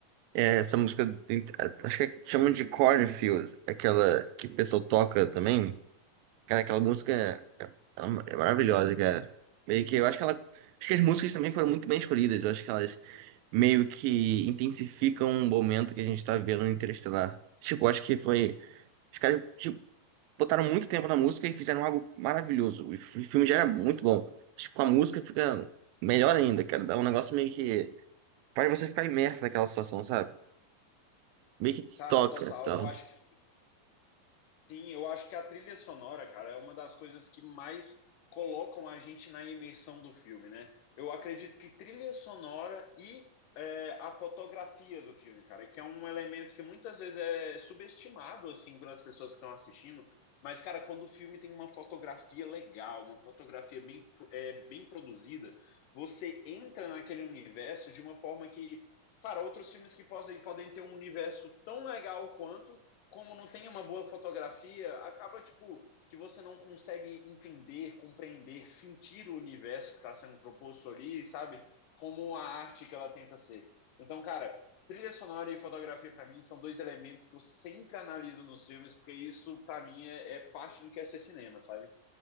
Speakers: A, on the right (about 85°); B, on the left (about 75°).
A: É, essa música, tem- acho que chamam de Cornfield, aquela que o pessoal toca também. Cara, aquela música é, é maravilhosa, cara. Meio que eu acho que ela. Acho que as músicas também foram muito bem escolhidas. Eu acho que elas meio que intensificam o momento que a gente tá vendo no Interestelar. Tipo, acho que foi. Os caras, tipo, botaram muito tempo na música e fizeram algo maravilhoso. O fi- filme já era muito bom. Acho que com a música fica melhor ainda, cara. Dá um negócio meio que. Faz você ficar imerso naquela situação, sabe? Meio que te
B: Cara,
A: toca,
B: total.
A: então.
B: Eu acho que Sim, eu acho que a trilha sonora, cara, é uma das coisas que mais colocam a gente na imersão do filme, né? Eu acredito que trilha sonora e é, a fotografia do filme, cara, que é um elemento que muitas vezes é subestimado, assim, pelas pessoas que estão assistindo. Mas, cara, quando o filme tem uma fotografia legal, uma fotografia bem, é, bem produzida, você entra naquele universo de uma forma que, cara, outros filmes que podem, podem ter um universo tão legal quanto como não tem uma boa fotografia, acaba tipo que você não consegue entender, compreender, sentir o universo que está sendo proposto ali, sabe? Como a arte que ela tenta ser. Então, cara, trilha sonora e fotografia para mim são dois elementos que eu sempre analiso nos filmes, porque isso para mim é, é, parte do que é ser cinema, sabe?